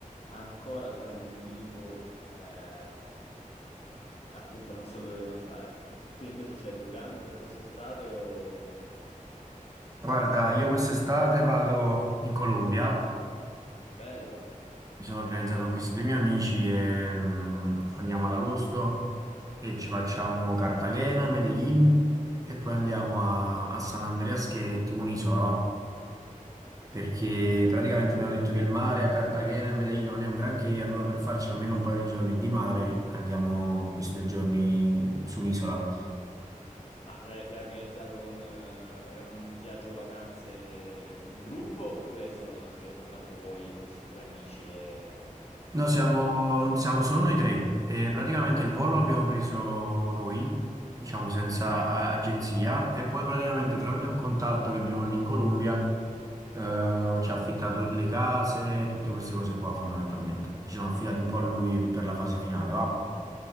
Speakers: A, on the left (about 45°); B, on the right (about 25°).
A: ancora sono in un limbo, eh, appunto, non so dove devo andare. Tu invece c'hai programmi per quest'estate o...
B: Guarda, io quest'estate vado in Colombia,
A: Bello.
B: mi sono organizzato con questi due miei amici e mm, andiamo ad agosto e ci facciamo Cartagena, Medellin e poi andiamo a, a San Andreas che è tipo un'isola, va? Perché praticamente abbiamo detto che il mare a Cartagena e Medellin non è un granché, allora per farci almeno un paio di giorni di mare andiamo questi due giorni su un'isola.
A: Ma l'hai l'hai organizzato con eh, è un viaggio vacanze in gruppo oppure sono, siete soltanto voi, questi tre amici e,
B: No, siamo,
A: e basta?
B: siamo solo noi tre e praticamente il volo l'abbiamo preso noi, diciamo senza a- agenzia, e poi praticamente tramite un contatto che abbiamo lì in Colombia eh, ci ha affittato le case, tutte queste cose qua fondamentalmente. Ci siamo affidati un po' a lui per la fase finale, va?